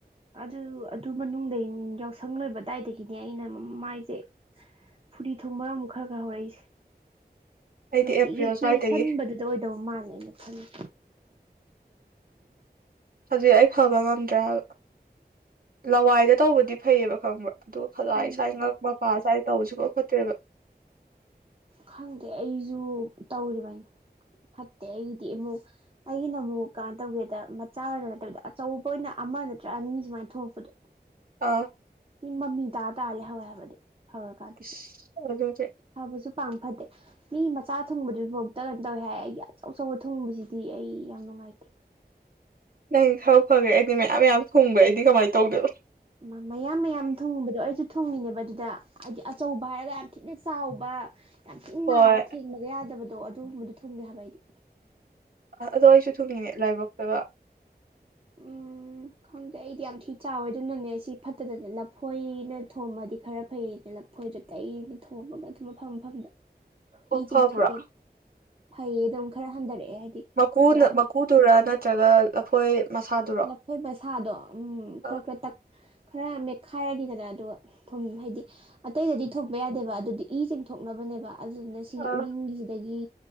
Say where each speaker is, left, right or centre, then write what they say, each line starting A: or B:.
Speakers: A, on the right; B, on the right.
A: ꯑꯗꯨ ꯑꯗꯨ ꯃꯅꯨꯡꯗꯩꯅꯤ ꯌꯥꯎꯁꯪ ꯂꯣꯏꯕ ꯑꯗꯥꯏꯗꯒꯤꯅꯦ ꯑꯩꯅ ꯃꯥꯏꯖꯦ ꯐꯨꯔꯤ ꯊꯨꯡꯕ ꯑꯃꯨꯛ ꯈꯔ ꯈꯔ ꯍꯧꯔꯛꯏꯁꯦ
B: ꯑꯩꯗꯤ
A: ꯅꯨꯡꯇꯤꯒꯤ
B: ꯑꯦꯄ꯭ꯔꯤꯜ
A: ꯀꯦꯁꯟꯕꯗꯨꯗꯥ
B: ꯁ꯭ꯋꯥꯏꯗꯒꯤ
A: ꯑꯣꯏꯗꯧꯕ ꯃꯥꯜꯂꯦ ꯑꯩꯅ ꯈꯟꯂꯤ
B: ꯍꯧꯖꯤꯛ ꯑꯩ ꯐꯕ ꯉꯝꯗ꯭ꯔꯦꯕ ꯂꯋꯥꯏꯗ ꯇꯧꯕꯗꯤ ꯐꯩꯌꯦꯕ ꯈꯪꯕ꯭ꯔꯥ ꯑꯗꯨ ꯈꯖꯏ
A: ꯎꯝ
B: ꯏꯁꯋꯥꯥꯏ ꯉꯛ ꯃꯄꯥ ꯁ꯭ꯋꯥꯏ ꯇꯧꯕꯁꯨ ꯀꯈꯠꯇ꯭ꯔꯦꯕ
A: ꯈꯪꯗꯦ ꯑꯩꯁꯨ ꯇꯧꯔꯤꯕꯅꯤ ꯐꯠꯇꯦ ꯑꯩꯒꯤꯗꯤ ꯑꯃꯨꯛ ꯑꯩꯒꯤꯅ ꯑꯃꯨꯛ ꯀꯃꯥꯏꯅ ꯇꯧꯒꯦꯗ ꯃꯆꯥ ꯑꯣꯏꯅ ꯅꯠꯇꯕꯤꯗ ꯑꯆꯧꯕ ꯑꯣꯏꯅ ꯑꯃ ꯅꯠꯇ꯭ꯔ ꯑꯅꯤ ꯁꯨꯃꯥꯏꯅ ꯊꯣꯛꯂꯛꯄꯗꯣ
B: ꯑꯥ
A: ꯁꯤ ꯃꯃꯤ ꯇꯥ ꯇꯥꯔꯦ ꯍꯧꯋꯦ ꯍꯥꯏꯕꯗꯨ ꯐꯔꯀꯥꯟꯗꯁꯨ
B: ꯑꯁ ꯑꯗꯨꯗꯤ
A: ꯐꯕꯁꯨ ꯄꯥꯡ ꯐꯗꯦ ꯃꯤ ꯃꯆꯥ ꯊꯨꯡꯕꯗꯨꯐꯥꯎꯗ ꯀꯩꯅꯣ ꯇꯧꯋꯤ ꯍꯥꯏ ꯑꯩꯒꯤ ꯑꯆꯧ ꯑꯆꯧꯕ ꯊꯨꯡꯕꯁꯤꯗꯤ ꯑꯩ ꯌꯥꯝ ꯅꯨꯡꯉꯥꯏꯇꯦ
B: ꯅꯪ ꯈꯔ ꯐꯔ꯭ꯔꯦ ꯑꯩꯗꯤ ꯃꯌꯥꯝ ꯃꯌꯥꯝ ꯊꯨꯡꯕ꯭ꯔ ꯑꯩꯗꯤ ꯀꯃꯥꯏꯅ ꯇꯧꯗꯣꯏꯅꯣ
A: ꯃꯥ ꯃꯌꯥꯝ ꯃꯌꯥꯝ ꯊꯨꯡꯕꯗꯣ ꯑꯩꯖꯨ ꯊꯨꯡꯉꯤꯅꯦꯕ ꯑꯗꯨꯗꯥ ꯍꯥꯏꯗꯤ ꯑꯆꯧꯕ ꯍꯥꯏꯔꯒ ꯌꯥꯝ ꯊꯤꯅ ꯆꯥꯎꯕ ꯌꯥꯝ ꯊꯤꯅ
B: ꯍꯣꯏ
A: ꯅꯥꯕ ꯊꯦꯡꯕꯗꯥ ꯌꯥꯗꯕꯗꯣ ꯑꯗꯨꯒꯨꯝꯕꯗꯣ ꯊꯨꯡꯉꯦ ꯍꯥꯏꯕ ꯑꯩꯗꯤ
B: ꯑ ꯑꯗꯣ ꯑꯩꯁꯨ ꯊꯨꯡꯅꯤꯡꯅꯦ ꯂꯥꯏꯕꯛꯛꯇꯒ
A: ꯎꯝ ꯈꯪꯗꯦ ꯑꯩꯗꯤ ꯌꯥꯝ ꯊꯤ ꯆꯥꯎꯋꯦ ꯑꯗꯨꯅꯅꯦ ꯁꯤ ꯐꯠꯇꯗꯅ ꯂꯐꯣꯏꯅ ꯊꯣꯝꯃꯗꯤ ꯈꯔ ꯐꯩꯅ ꯂꯐꯣꯏꯗ ꯀꯇꯩꯅꯤ ꯊꯣꯡꯃꯒ ꯑꯗꯨꯝ ꯃꯐꯝ ꯃꯐꯝꯗ
B: ꯑꯣ
A: ꯏ ꯆꯤꯊꯣꯛꯑꯦ
B: ꯐꯕ꯭ꯔꯣ
A: ꯐꯩꯌꯦ ꯑꯗꯨꯝ ꯈꯔ ꯍꯟꯊꯔꯛꯑꯦ ꯍꯥꯏꯗꯤ
B: ꯃꯀꯨꯅ
A: ꯄꯨꯔꯥ
B: ꯃꯀꯨꯗꯨꯔꯥ ꯅꯠꯇ꯭ꯔꯒ ꯂꯐꯣꯏ ꯃꯁꯥꯗꯨꯔꯣ
A: ꯑꯩꯈꯣꯏꯕ ꯁꯥꯗꯣ ꯈꯔ
B: ꯑꯥ
A: ꯈꯔ ꯈꯔ ꯃꯦꯠꯈꯥꯏꯔꯗꯤꯗꯅ ꯑꯗꯨꯒ ꯊꯨꯝ ꯍꯥꯏꯗꯤ ꯑꯇꯩꯗꯗꯤ ꯊꯣꯛꯄ ꯌꯥꯗꯦꯕ ꯑꯗꯨꯗꯤ ꯏꯁꯤꯡ ꯊꯣꯛꯅꯕꯅꯦꯕ ꯑꯗꯨꯅ ꯁꯤ
B: ꯑꯥ
A: ꯎꯔꯤꯡꯒꯤꯁꯤꯗꯒꯤ